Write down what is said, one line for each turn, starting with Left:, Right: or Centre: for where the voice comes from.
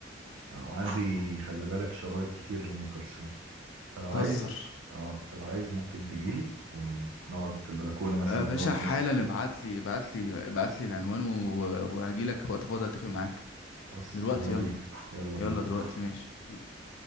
Right: وعندي خلي بالك شرايط كتير لام كلثوم انت لو
Left: بتهزر
Right: عايز اه انت لو عايز ممكن تجيلي ونقعد في البلكونه مثلا
Left: آه،
Right: ونقعد
Left: باشا
Right: نسمع
Left: حالا ابعت لي ابعت لي ابعت لي العنوان وهجي لك وقت فاضي اتفق معاك
Right: خلاص
Left: دلوقتي
Right: يلا
Left: يلا
Right: بينا يلا بينا
Left: يلا دلوقتي ماشي